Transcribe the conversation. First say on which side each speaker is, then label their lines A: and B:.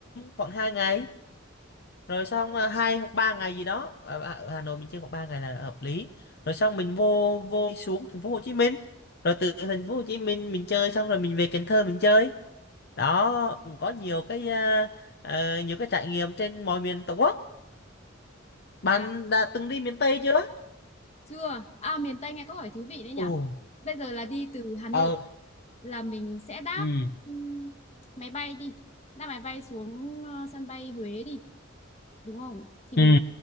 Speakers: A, on the left; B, on the left.
A: khoảng hai ngày rồi xong ờ, hai hoặc ba ngày gì đó ở ở Hà Nội mình chơi khoảng 3 ngày là hợp lý rồi xong mình vô vô xuống thành phố Hồ Chí Minh rồi từ thành phố Hồ Chí Minh mình chơi xong rồi mình về Cần Thơ mình chơi đó cũng có nhiều cái à, ờ, nhiều cái trải nghiệm trên mọi miền Tổ quốc bạn
B: à
A: đã từng đi miền Tây chưa
B: Chưa. À miền Tây nghe có hỏi thú vị đấy nhỉ.
A: Ồ,
B: Bây giờ là đi từ Hà Nội
A: ờ,
B: là mình sẽ đáp
A: ừ,
B: ừm, máy bay đi. Đáp máy bay xuống ờ, sân bay Huế đi, đúng không? Thì
A: ừ,
B: mình